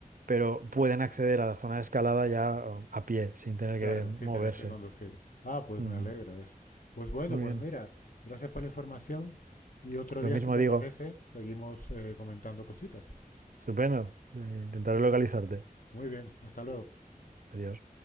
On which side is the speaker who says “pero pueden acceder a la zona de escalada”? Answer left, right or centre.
Right